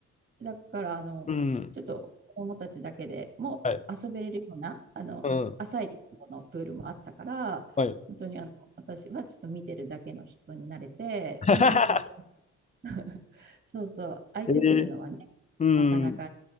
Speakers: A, on the right; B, on the left.
A: だから、あの、
B: うん。
A: ちょっと子供たちだけでも遊べれるような、
B: はい。
A: あの、
B: うん。
A: 浅いところのプールもあったから、
B: はい。
A: 本当にあの、私はちょっと見てるだけの人になれて、
B: <laughs>
A: うん、とっても <laughs> そうそう、相手するのはね、
B: えーうん。
A: なかなか